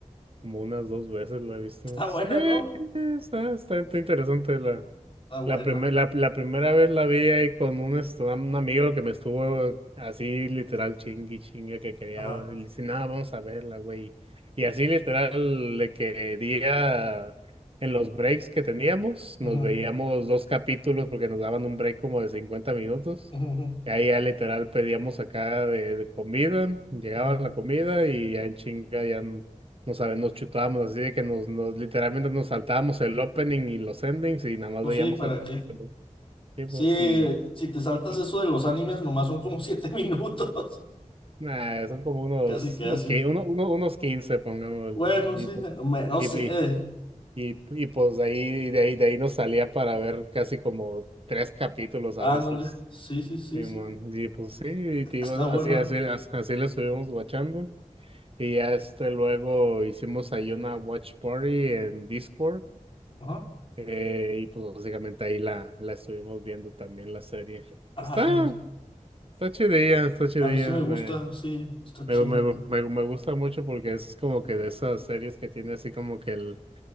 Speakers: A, on the right (about 45°); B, on the left (about 40°).
A: como unas dos veces, la he visto.
B: Está
A: Sí,
B: buena, ¿no?
A: está, está interesante la,
B: Está buena.
A: la, primer- la, la primera vez la vi ahí con un, este, un amigo que me estuvo así literal chingui chingue que quería,
B: Ajá.
A: y le dice, nada, vamos a verla, güey. Y así literal le quería, en los breaks que teníamos,
B: Ujú,
A: nos veíamos dos capítulos porque nos daban un break como de 50 minutos.
B: ujú, ujú,
A: Y ahí ya literal pedíamos acá de, de comida, llegaba
B: ujú.
A: la comida y ya en chinga ya, no sabe, nos chutábamos así de que nos, nos literalmente nos saltábamos el opening y los endings y nada más
B: Pues
A: veíamos
B: sí, ¿para
A: el capítulo.
B: qué?
A: Sí,
B: Sí,
A: pues sí.
B: si te saltas
A: sí.
B: eso de los animes, nomás son como siete <laughs> minutos.
A: Nah, son como unos,
B: Casi, casi.
A: unos, qui- uno, uno- unos 15 pongámosle.
B: Bueno,
A: Y,
B: sí,
A: pues-
B: me- no
A: y,
B: sé.
A: y, y- y, pues de ahí, de ahí, de ahí nos salía para ver casi como tres capítulos
B: Ándale,
A: a veces.
B: sí, sí, sí,
A: Simón.
B: sí.
A: Y, pues sí, y te digo,
B: Está buena.
A: así, así, así, así le estuvimos watchando. Y ya este luego hicimos ahí una watch party en Discord
B: Ajá.
A: Eh, y pues básicamente ahí la, la estuvimos viendo también la serie.
B: Ajá,
A: Está, está chidilla, está chidilla.
B: a mí sí me gusta,
A: Me,
B: sí, está
A: me,
B: chido.
A: me, me, me gusta mucho porque es como que de esas series que tiene así como que el,